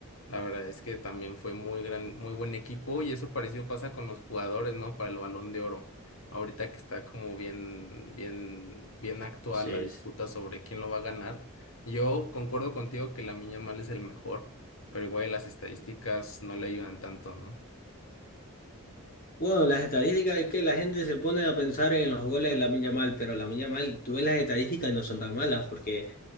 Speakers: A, on the left (about 70°); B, on the left (about 40°).
A: la verdad es que también fue muy gran, muy buen equipo y eso parecido pasa con los jugadores, ¿no? Para el Balón de Oro. Ahorita que está como bien, bien, bien actual
B: sí.
A: la disputa sobre quién lo va a ganar. Yo concuerdo contigo que la Lamine mal es el mejor, pero igual las estadísticas no le ayudan tanto, ¿no?
B: Bueno, las estadísticas es que la gente se pone a pensar en los goles de Lamine Yamal, pero Lamine Yamal, tú ves las estadísticas y no son tan malas, porque